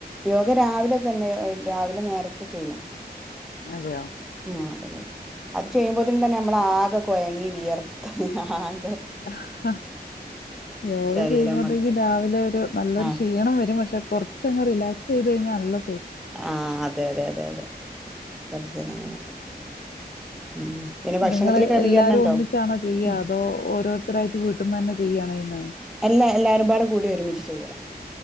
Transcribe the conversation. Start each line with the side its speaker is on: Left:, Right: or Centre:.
Centre: യോഗ രാവിലതന്നെ രാവിലെ നേരത്തെ ചെയ്യും
Left: അതെയോ
Centre: ആ തെ അത് ചെയ്യുമ്പോത്തിനുംതന്നെ നമ്മള ആകെ കൊയങ്ങി വിയർത്ത് ഹഹ ഹാൻ
Left: അഹ്ഹ യോഗ
Centre: ശരീരം
Left: ചെയ്യുമ്പത്തേക്കും
Centre: മൊത്തം
Left: രാവിലെ ഒരു നല്ലൊരു
Centre: ആ
Left: ക്ഷീണം വരും പക്ഷെ കുറച്ചങ് റിലാക്സ് ചെയ്തഴ്ഞ്ഞാന്നല്ല
Centre: ആഹ അതെ അതെ അതെ അതെ സർജന അങ്ങനെ ഉം പിന്നെ
Left: ന്നിങ്ങള്
Centre: ഭക്ഷണത്തില് ക്രമീകരണം
Left: എല്ലാരും
Centre: ഉണ്ടോ
Left: ഒന്നിച്ചാണോ ചെയ്യാ
Centre: ഉം
Left: അതോ ഓരോരുത്തരായിട്ട് വീട്ട്ന്നനെ ചെ ചെയ്യാണോയ്യുന്നേ
Centre: എല്ലാ എല്ലാരുംപാട് കൂടി ഒരുമിച്ച് ചെയ്യണം